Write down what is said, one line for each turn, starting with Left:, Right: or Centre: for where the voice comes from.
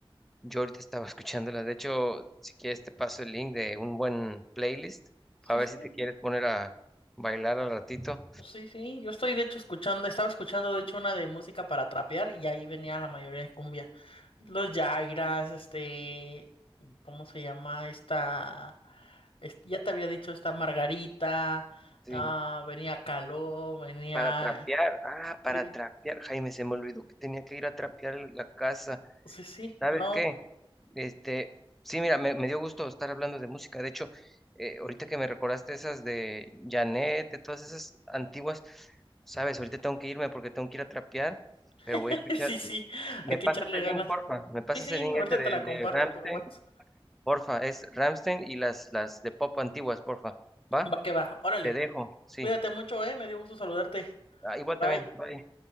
Centre: Yo ahorita estaba <laughs> escuchándola. De hecho, si quieres te paso el link de un buen playlist,
Left: sí,
Centre: para ver
Left: sí,
Centre: si te quieres poner a bailar al ratito.
Left: Pues sí, sí, yo estoy de hecho escuchando, estaba escuchando de hecho una de música para trapear y ahí venía la mayoría de cumbia. Los Yairas, este, ¿cómo se llama? Esta, es- ya te había dicho esta Margarita,
Centre: Sí.
Left: ah, venía Caló, venía...
Centre: Para trapear, ah, para
Left: Sí,
Centre: trapear, Jaime, se me olvidó que tenía que ir a trapear la casa.
Left: sí, sí,
Centre: ¿Sabes
Left: no,
Centre: qué? Este, sí, mira, me, me dio gusto estar hablando de música. De hecho, eh, ahorita que me recordaste esas de Janet, de todas esas antiguas, sabes, ahorita tengo que irme porque tengo que ir a trapear, pero
Left: <laughs>
Centre: voy a escuchar.
Left: sí, sí,
Centre: ¿Me
Left: hay que
Centre: pasas
Left: echarle
Centre: el
Left: ganas.
Centre: link, porfa? ¿Me pasas
Left: Sí, sí,
Centre: el link
Left: ahorita
Centre: ese de,
Left: te la
Centre: de
Left: comparto
Centre: Rammstein?
Left: por WhatsApp.
Centre: Porfa, es Rammstein y las, las de pop antiguas, porfa. ¿Va?
Left: Va que va, órale,
Centre: Te dejo, sí.
Left: cuídate mucho, eh, me dio gusto saludarte.
Centre: Ah, igual también,
Left: Bye.
Centre: bye.